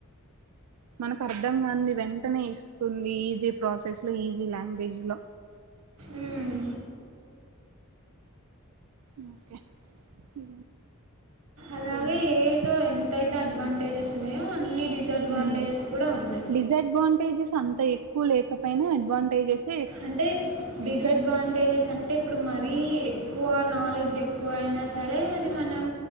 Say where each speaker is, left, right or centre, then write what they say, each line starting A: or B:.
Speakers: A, on the right; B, on the right.
A: మనకర్థం కాంది వెంటనే ఇస్తుంది ఈజీ ప్రాసెస్ లో ఈజీ లాంగ్వేజ్ లో
B: ఉమ్
A: ఓకే టూ
B: అలాగే
A: మినిట్స్
B: ఏఐతో ఎంతైతే అడ్వాంటేజెస్ ఉన్నయో అన్ని డిసడ్వాంటేజెస్
A: ఉమ్
B: కూడ ఉన్నాయి
A: డిసడ్వాంటేజెస్ అంత ఎక్కువ లేకపోయినా అడ్వాంటేజెస్
B: అంటే డిసడ్వాంటేజెస్ అంటే ఇప్పుడు మరీ క్కువ నాలెడ్జ్ ఎక్కువ అయినా సరే అది మనం